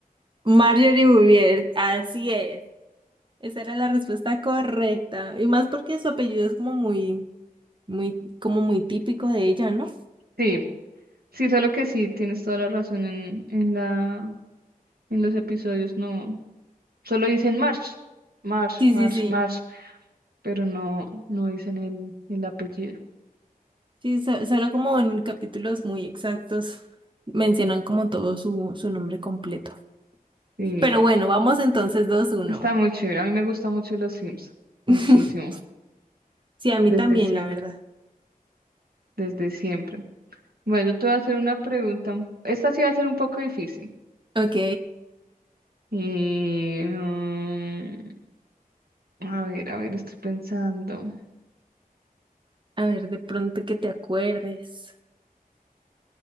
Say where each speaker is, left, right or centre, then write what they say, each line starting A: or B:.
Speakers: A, on the right; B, on the right.
A: Marjorie Bouvier, así es. Esa era la respuesta correcta, y más porque su apellido es como muy... Muy, como muy típico de ella, ¿no?
B: Sí, sí, solo que sí, tienes toda la razón en, en la, en los episodios, no, solo dicen March, March,
A: Sí,
B: March,
A: sí, sí.
B: March, pero no, no dicen el, el apellido.
A: Sí, so- solo como en capítulos muy exactos mencionan como todo su, su nombre completo.
B: Sí,
A: Pero bueno, vamos entonces dos uno
B: está muy chévere, a mí me gusta mucho los Sims, muchísimo,
A: <laughs> Sí, a mí
B: desde
A: también,
B: siempre,
A: la verdad.
B: desde siempre. Bueno, yo te voy a hacer una pregunta, esta sí va a ser un poco difícil.
A: Ok,
B: Y, mm, A ver, a ver, estoy pensando.
A: a ver, de pronto que te acuerdes.